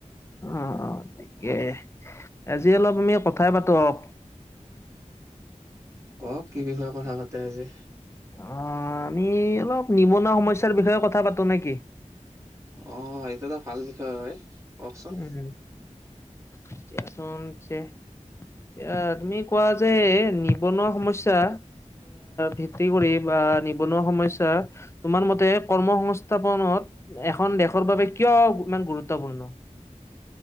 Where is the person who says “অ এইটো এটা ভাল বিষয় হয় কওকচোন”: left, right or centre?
Right